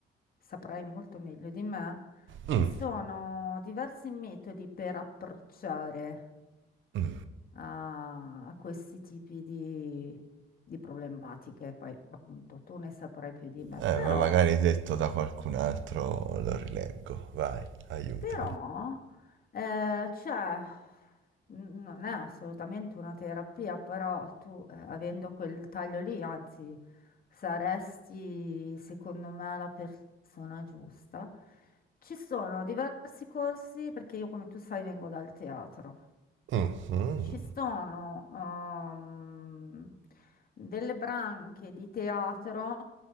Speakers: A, on the left (about 45°); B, on the right (about 75°).
A: saprai molto meglio di me, ci
B: mm,
A: sono diversi metodi per approcciare.
B: mm.
A: a, a questi tipi di, di problematiche. Poi, appunto, tu ne saprai più di me,
B: Eh,
A: però,
B: ma magari detto da qualcun altro lo rileggo. Vai, aiutami.
A: però, eh, cioè, n- non è assolutamente una terapia, però tu, eh, avendo quel taglio lì, anzi, saresti, secondo me, la persona giusta. Ci sono diversi corsi, perché io, come tu sai, vengo dal teatro.
B: Mhm,
A: Ci sono ehm, delle branche di teatro